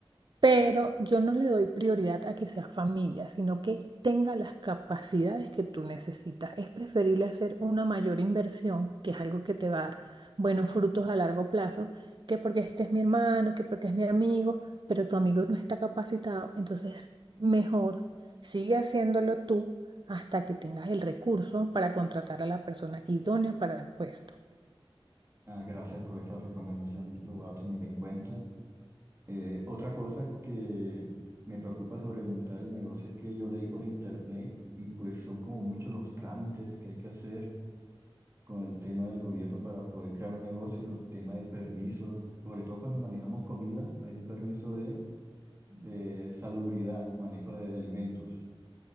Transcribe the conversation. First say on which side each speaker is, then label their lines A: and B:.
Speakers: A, on the right; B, on the right.
A: Pero yo no le doy prioridad a que sea familia, sino que tenga las capacidades que tú necesitas. Es preferible hacer una mayor inversión, que es algo que te va a dar buenos frutos a largo plazo, que porque este es mi hermano, que porque es mi amigo, pero tu amigo no está capacitado. Entonces, mejor sigue haciéndolo tú hasta que tengas el recurso para contratar a la persona idónea para el puesto.
B: Ah, gracias por esa recomendación, lo voy a tener en cuenta. Eh, otra cosa que me preocupa sobre montar el negocio es que yo leí por internet y pues son como muchos los trámites que hay que hacer con el tema del gobierno para poder crear un negocio, el tema de permisos, sobre todo cuando manejamos comida, hay un permiso de, de salubridad, manejo de alimentos